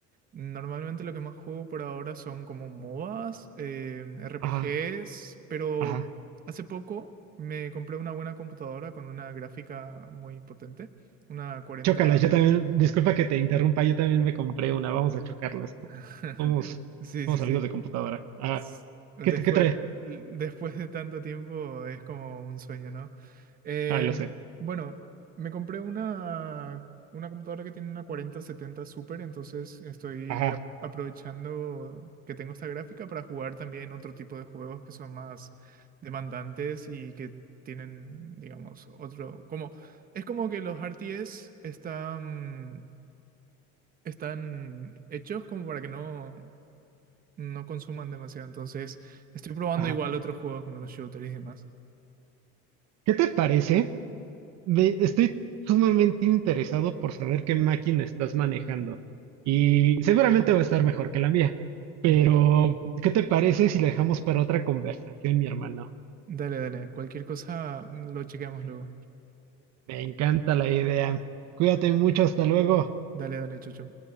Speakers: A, on the right; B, on the right.
A: normalmente lo que más juego por ahora son como MOBAs, eh, RPGs,
B: Ajá,
A: pero
B: ajá.
A: hace poco me compré una buena computadora con una gráfica muy potente, una 40,
B: Chócalas, yo también, disculpa que te interrumpa, yo también me compré una, vamos a chocarlas por.
A: <laughs>
B: Somos,
A: Sí,
B: somos
A: sí,
B: amigos
A: sí.
B: de computadora. Ajá.
A: s- Después,
B: ¿Qué, te- qué trae?
A: después de tanto tiempo es como un sueño, ¿no? Eh,
B: Ah, lo sé.
A: bueno, me compré una, una computadora que tiene una cuarenta setenta Super, entonces estoy
B: Ajá,
A: ap- aprovechando que tengo esta gráfica para jugar también otro tipo de juegos que son más demandantes y que tienen, digamos, otro... Como, es como que los RTS están, están hechos como para que no no consuman demasiado. Entonces, estoy probando
B: ajá.
A: igual otros juegos como los shooters y demás.
B: ¿Qué te parece? Ve, estoy sumamente interesado por saber qué máquina estás manejando. Y seguramente va a estar mejor que la mía. Pero,
A: Ujú.
B: ¿qué te parece si la dejamos para otra conversación, mi hermano?
A: Dale, dale. Cualquier cosa mm, lo chequeamos luego.
B: Me encanta la idea. Cuídate mucho, hasta luego.
A: Dale, dale, Chocho.